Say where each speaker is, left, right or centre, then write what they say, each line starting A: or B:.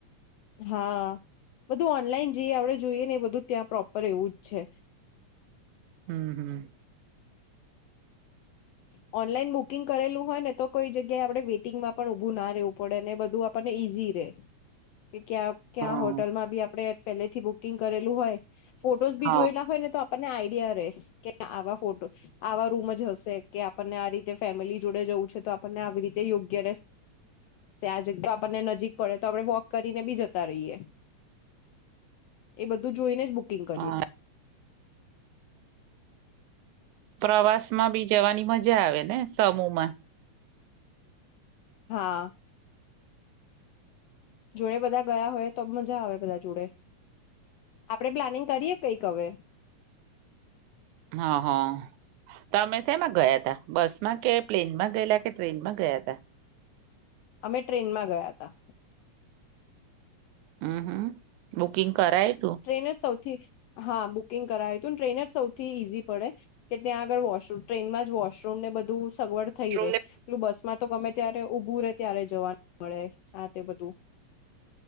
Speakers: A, on the left; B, on the right.
A: હા.. બધું ઓનલાઈન જે આપડે જોઈએ ને એ બધું ત્યાં પ્રોપર એવું જ છે.
B: હમ હમ.
A: ઓનલાઈન બુકિંગ કરેલું હોય ને તો કોઈ જગ્યાએ આપડે વેઇટિંગમાં પણ ઉભું ના રહેવ પડે ને. બધું આપણને ઈઝી રે કે, ક્યાં ક્યાં
B: હા
A: હોટલમાં બી આપડે પેલેથી બુક કિંગ કરેલું હોય ફોટોસ બી
B: હા
A: જોયેલા હોય ને તો આપણને આઈડિયા રે કે આવા ફોટો આવા રૂમ જ હશે કે આપણને આ રીતે ફેમિલી જોડે જવું છે તો આપણને આવી રીતે યોગ્ય રહેશે ત્યાં જેટલું આપણને નજીક પડે તો આપડે વોક કરીને બી જતા રહીએ. એ બધું જોઈને જ બુકિંગ કર્યુંતું
B: હા પ્રવાસમાં બી જવાની મજા આવે ને? સમૂહમાં.
A: હા. જોડે બધા ગયા હોય તો મજા આવે બધા જોડે. આપડે પ્લાનિંગ કરીએ કઈક હવે.
B: હા હા તમે શેમાં ગયા તા બસ માં કે પ્લેનમાં ગયેલા કે ટ્રેનમાં ગયા તા
A: અમે ટ્રેનમાં ગયા હતા
B: હમ હમ બુકિંગ કરાય તું
A: ટ્રેન જ સૌથી હા બુકિંગ કરાવ્યું હતું ને ટ્રેન જ સૌથી ઈઝી પડે કે ત્યાં આગળ વોશરૂમ ટ્રેનમાં જ વોશરૂમ ને બધું સગવડ
B: તું.
A: થઈ રે પેલું બસ માં તો ગમે ત્યારે ઊભું રે ત્યારે જવાનું મળે આ તે બધું